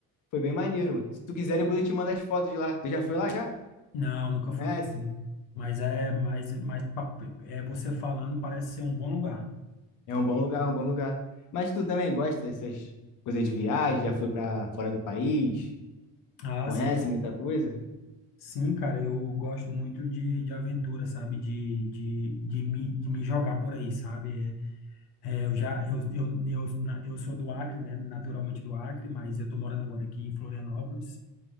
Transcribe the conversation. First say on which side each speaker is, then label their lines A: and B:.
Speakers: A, on the left; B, on the left.
A: Foi bem maneiro, mano. Se tu quiser, depois eu te mando as fotos de lá. Tu já foi lá já?
B: Não, nunca fui.
A: Conhece?
B: não. Mas é, mas, mas pa- é você falando, parece ser um bom lugar.
A: É um bom lugar, é um bom lugar. Mas tu também gosta dessas coisas de viagem? Já foi pra fora do país?
B: Ah,
A: Conhece
B: sim,
A: muita coisa?
B: sim, cara, eu gosto muito de, de aventura, sabe? De, de, de, me, de me jogar por aí, sabe? É, é, eu já, eu, eu, eu, na- eu sou do Acre, né? Naturalmente do Acre, mas eu tô morando agora aqui em Florianópolis,